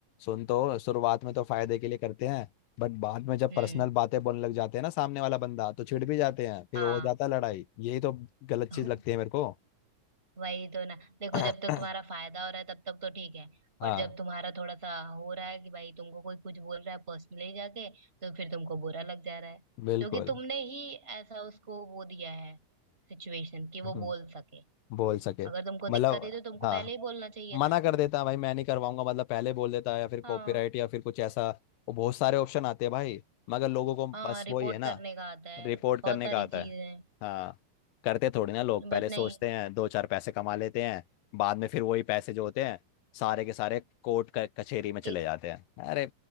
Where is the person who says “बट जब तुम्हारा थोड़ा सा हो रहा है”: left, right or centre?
Right